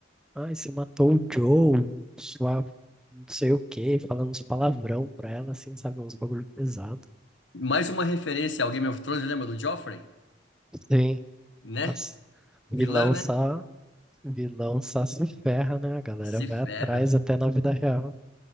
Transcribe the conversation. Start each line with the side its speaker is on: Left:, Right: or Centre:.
Centre: ai, você matou o Joe, sua não sei o quê, falando uns palavrão pra ela, assim, sabe, uns bagulho pesado.
Left: mais uma referência ao Game of Thrones, lembra do Joffrey?
Centre: Sim,
Left: Né?
Centre: nossa, vilão
Left: Vilã, né?
Centre: só, vilão só se ferra, né? A galera
Left: Se
Centre: vai
Left: ferra.
Centre: atrás até na vida real.